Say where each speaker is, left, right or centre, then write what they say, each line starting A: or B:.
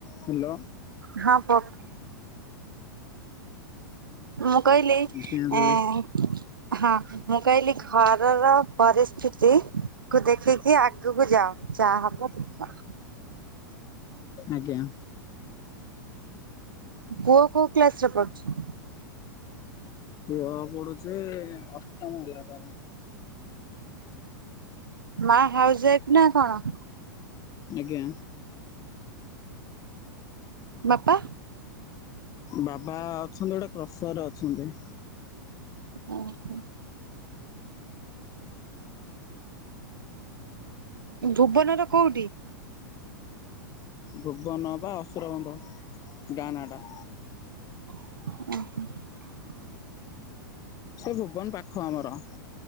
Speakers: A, on the left; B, on the right.
A: Hello.
B: ହଁ <unintelligible> ମୁଁ କହିଲି
A: ଆଜ୍ଞା ଦିଦି
B: ଏଁ ହଁ ମୁଁ କହିଲି ଘରର ପରିସ୍ଥିତି କୁ ଦେଖିକି ଆଗୁକୁ ଯାଅ ଯାହା ହବ ଦେ
A: ଆଜ୍ଞା।
B: ପୁଅ କୋଉ କ୍ଲାସ ରେ ପଢୁଛି?
A: ପୁଅ ପଢୁଛି ଅଷ୍ଟମ ହେଲା ତାର।
B: ମା ହାଉସ୍ ୱାଇଫ ନା କଣ?
A: ଆଜ୍ଞା।
B: ବାପା।
A: ବାବା ଅଛନ୍ତି ଗୋଟେ କ୍ରସରରେ ଅଛନ୍ତି।
B: ଉଁହୁଁ। ଭୁବନର କୋଉଠି?
A: ଭୁବନ ପା ଅସୁରବନ୍ଧ ଗାଁ ନାଟା।
B: <unintelligible>
A: ସେଇ ଭୁବନ ପାଖ ଆମର।